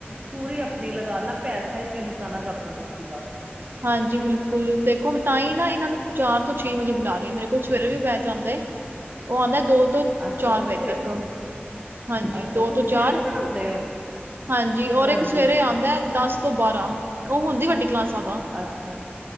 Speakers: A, on the right; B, on the right.
A: ਪੂਰੀ ਆਪਣੀ ਲਗਾ ਨਾ ਪੈਸਿਆਂ ਚਿੰਤਾ ਨਾਂ ਕਰਨਾ ਤੁਸੀਂ ਬਸ
B: ਹਾਂਜੀ ਬਿਲਕੁਲ ਦੇਖੋ ਮੈਂ ਤਾਂ ਹੀ ਨਾ ਇਹਨਾਂ ਨੂੰ ਚਾਰ ਤੋਂ ਛੇ ਵਜੇ ਬੁਲਾ ਰਹੀ ਹਾਂ ਮੇਰੇ ਕੋਲ ਸਵੇਰੇ ਵੀ ਜਾਂਦੇ ਉਹ ਆਉਂਦਾ ਐ ਤੋਂ
A: ਅੱਛਾ
B: ਚਾਰ
A: ਤੁਸੀਂ
B: ਵਜੇ ਤੱਕ ਹਾਂਜੀ
A: ਅੱਛਾ
B: ਦੋ
A: ਤੁਸੀਂ
B: ਤੋਂ
A: ਸਵੇਰੇ
B: ਚਾਰ
A: ਵੀ ਪੜ੍ਹਾਉਂਦੇ ਹੋ
B: ਹਾਂਜੀ ਔਰ
A: ਹਾਂਜੀ
B: ਇੱਕ ਸਵੇਰੇ ਆਉਂਦਾ ਦਸ ਤੋਂ ਬਾਰਾਂ ਉਹ ਹੁੰਦੀ ਵੱਡੀ ਕਲਾਸਾਂ ਤਾਂ
A: ਅੱਛਾ